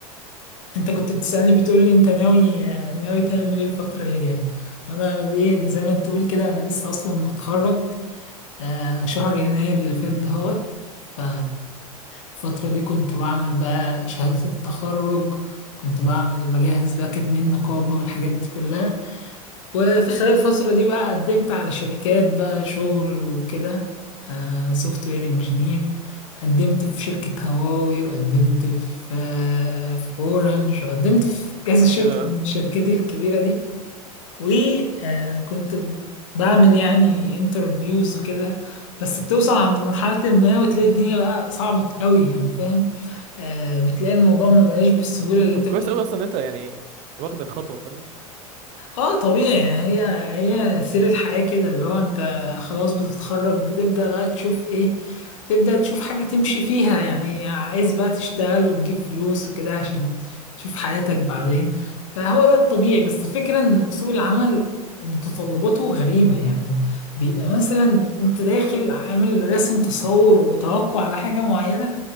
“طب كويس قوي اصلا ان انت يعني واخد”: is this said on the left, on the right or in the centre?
Right